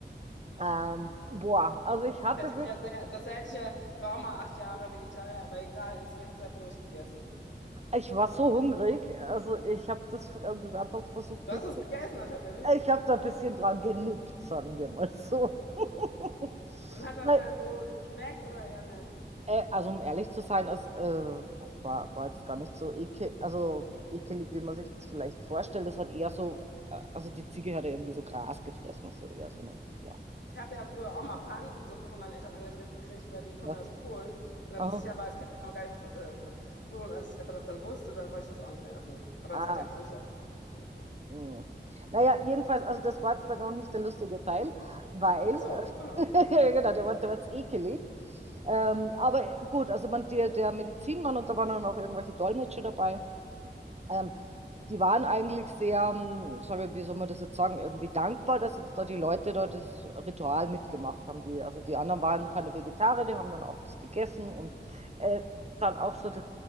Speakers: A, on the right (about 35°); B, on the left (about 80°).
A: Ähm, boah, also ich hatte
B: Hätte ich
A: wirklich.
B: ja sehr, das hätte ich ja, ich war auch mal acht Jahre Vegetarier, aber egal, zu welchem Zeitpunkt nicht gegessen.
A: Ich war so hungrig, also, ich habe das v das einfach versucht
B: Du
A: nicht
B: hast es gegessen dann tatsächlich.
A: ich habe da ein bisschen dran genippt, sagen wir mal so. <laughs>
B: Und hat das
A: Ne,
B: denn so geschmeckt oder eher nicht?
A: äh, also, um ehrlich zu sein, es, äh, war war jetzt gar nicht so ekel also, ekelig, wie man sich das vielleicht vorstellt. Es hat eher so äh, also, die Ziege hat ja irgendwie so Gras gefressen, also eher so noch ja,
B: Ich habe ja früher auch mal Pansensuppe von meinen Eltern angedreht gekriegt, weil die kommen
A: ne?
B: ja aus Polen. Und da
A: Aha.
B: wusste ich aber als Kind ja auch gar nicht, was das ist, ne? So, und als ich aber das dann wusste, dann wollte ich das auch nicht mehr essen. Aber
A: Ah,
B: das hat ja eigentlich auch nicht geschmeckt, ne?
A: mhm. Na ja, jedenfalls, also, das war jetzt dann noch nicht der lustige Teil, weil
B: Ach so, da
A: <laughs>
B: kommt noch
A: ja
B: was.
A: genau, der war der war jetzt ekelig, Ähm, aber gut, also man, der, der Medizinmann und da waren dann auch irgendwelche Dolmetscher dabei. Ähm, die waren eigentlich sehr, ähm, soll man, wie soll man das jetzt sagen, irgendwie dankbar, dass jetzt da die Leute da das Ritual mitgemacht haben. Die, also die anderen waren keine Vegetarier, die haben dann auch das gegessen und äh, dann auch so das